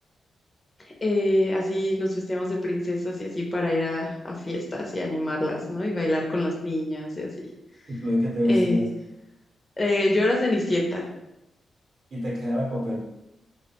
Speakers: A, on the left; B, on the right.
A: eh, así nos vestíamos de princesas y así para ir a, a fiestas y animarlas, ¿no? Y bailar con las niñas y así.
B: ¿Y tú de qué te vestías?
A: Eh, eh, yo era Cenicienta.
B: Y te quedaba el papel.